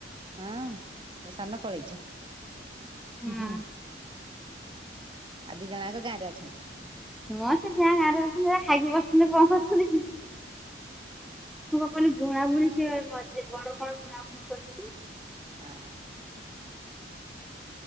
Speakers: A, on the right; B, in the centre.
A: ହଁ ସାନ ପଳେଇଛ
B: ହଁ
A: ଆର ଦି ଜଣ ଜାଙ୍କ ଗାଁ ରେ ଅଛନ୍ତି।
B: ହଁ <unintelligible> ଗାଁ ରେ ଅଛନ୍ତି ହେରା ଖାଇକି ବସିଛନ୍ତି କଣ କରୁଛନ୍ତି <unintelligible> ବୁଣା ବୁଣି ସେ ମେ ବଡ କଣ ବୁଣାବୁଣି କରୁଛି।
A: ହଁ।